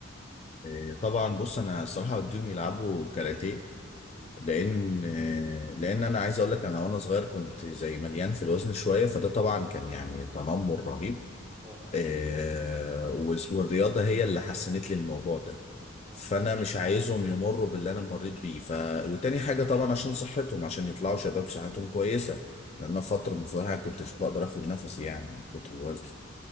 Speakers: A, on the left; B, on the right.
A: آه، طبعا بص انا الصراحه وديهم يلعبوا كاراتيه
B: امم
A: لان آه، لان انا عايز اقول لك انا وانا صغير كنت زي مليان في الوزن شويه فده طبعا كان يعني تنمر رهيب
B: اه
A: آه، وس- والرياضه هي اللي حسنت لي الموضوع ده
B: فهمتك
A: فانا مش عايزهم يمروا باللي انا مريت بيه ف وتاني حاجه طبعا عشان صحتهم عشان يطلعوا شباب صحتهم كويسه لان أنا فتره من فترة كنتش بقدر اخد نفسي يعني من كتر الوزن